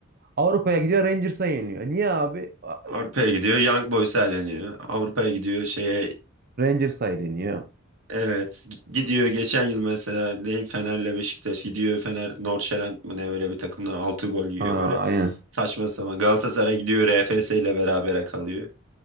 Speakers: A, on the right (about 50°); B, on the right (about 85°).
A: Avrupa'ya gidiyor Rangers'a yeniliyor. E Niye abi? A-
B: Avrupa'ya gidiyor Young Boys'a eleniyor. Avrupa'ya gidiyor şeye
A: Rangers'a yeniliyor.
B: Evet g- gidiyor geçen yıl mesela ne Fener'le Beşiktaş gidiyor Fener Norşeland mı ne öyle bir takımdan 6 gol yiyor
A: Ha,
B: böyle
A: aynen.
B: saçma sapan Galatasaray gidiyor RFS ile berabere kalıyor.